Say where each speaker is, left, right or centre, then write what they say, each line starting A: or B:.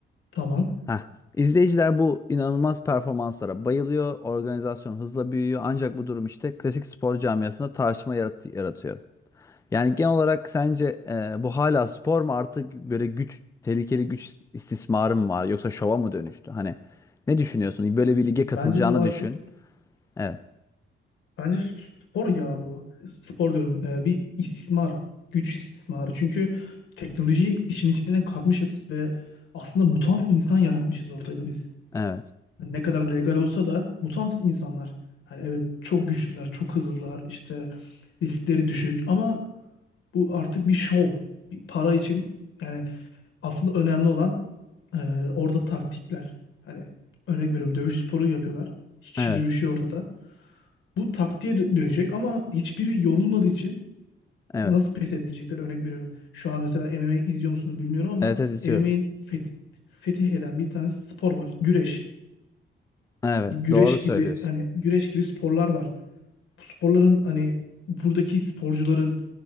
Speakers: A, on the left; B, on the left.
A: Tamam.
B: Heh. İzleyiciler bu inanılmaz performanslara bayılıyor. Organizasyon hızla büyüyor. Ancak bu durum işte klasik spor camiasında tartışma yarat- yaratıyor. Yani genel olarak sence e, bu hala spor mu artık böyle güç tehlikeli güç is- istismarı mı var yoksa şova mı dönüştü? Hani ne düşünüyorsun? Böyle bir lige
A: Bence
B: katılacağını
A: bu artık
B: düşün. Evet.
A: bence spor ya bu. Spor diyorum. Ee, bir istismar. Güç istismarı. Çünkü teknolojiyi işin içine katmışız ve aslında mutant insan yaratmışız ortada biz.
B: Evet.
A: Hani ne kadar legal olsa da mutant insanlar. Hani evet çok güçlüler, çok hızlılar, işte riskleri düşük ama bu artık bir şov. Bir para için yani Asıl önemli olan e, orada taktikler. Hani örnek veriyorum dövüş sporu yapıyorlar. İki kişi
B: Evet.
A: dövüşüyor ortada. Bu taktiğe dö- dönecek ama hiçbiri yorulmadığı için
B: Evet.
A: nasıl pes ettirecekler örnek veriyorum. Şu an mesela MMA izliyor musunuz bilmiyorum ama
B: Evet, evet istiyorum.
A: MMA'in fetih eden bir tane spor var. Güreş.
B: Evet,
A: Hani güreş
B: doğru söylüyorsun.
A: gibi hani güreş gibi sporlar var. Bu sporların hani buradaki sporcuların